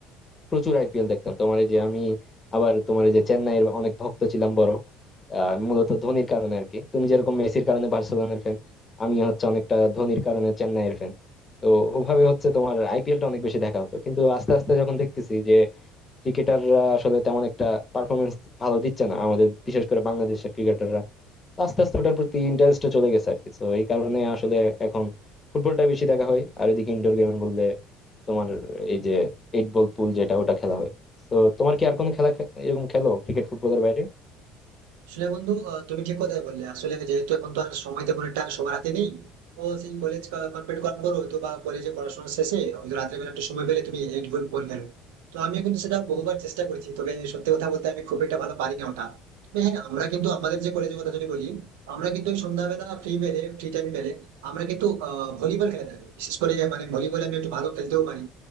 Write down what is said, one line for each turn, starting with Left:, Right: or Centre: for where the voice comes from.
Left: প্রচুর আইপিএল দেখতাম তোমার এই যে আমি আবার তোমার এই যে চেন্নাইয়ের অনেক ভক্ত ছিলাম বড় আহ, মূলত ধোনির কারণে আর কি তুমি যেরকম মেসির কারণে বার্সেলোনার ফ্যান আমি হচ্ছে অনেকটা ধোনির কারণে চেন্নাইয়ের ফ্যান তো ওভাবে হচ্ছে তোমার আইপিএল টা অনেক বেশি দেখা হতো কিন্তু আস্তে আস্তে যখন দেখতেছি যে ক্রিকেটাররা আসলে তেমন একটা পারফরমেন্স ভালো দিচ্ছে না আমাদের বিশেষ করে বাংলাদেশের ক্রিকেটাররা আস্তে আস্তে ওটার প্রতি ইন্টারেস্টটা চলে গেছে আর কি তো এই কারণে আসলে এখন ফুটবলটা বেশি দেখা হয় আর এদিকে ইনডোর গেম বললে তোমার এই যে এইট বল পুল যেটা ওটা খেলা হয় তো তোমার কি আর কোনো খেলা খে- এরকম খেলো ক্রিকেট ফুটবলের বাইরে
Right: আসলে বন্ধু আহ, তুমি ঠিক কথাই বললে আসলে যেহেতু এখন তো আর সময় তেমন একটা সবার হাতে নেই তো সেই কলেজ কমপ্লিট করার পর হয়তো বা কলেজে পড়াশোনা শেষে হয়তো রাতের বেলা একটু সময় পেলে তুমি এইট বই পরীক্ষা দেবে তো আমিও কিন্তু সেটা বহুবার চেষ্টা করেছি তবে সত্যি কথা বলতে আমি খুব একটা ভালো পারি না ওটা তবে হ্যাঁ আমরা কিন্তু আমাদের যে কলেজের কথা যদি বলি আমরা কিন্তু ওই সন্ধ্যাবেলা ফ্রি পেলে ফ্রি টাইম পেলে আমরা কিন্তু আহ ভলিবল খেলে থাকি বিশেষ করে মানে ভলিবল আমি একটু ভালো খেলতেও পারি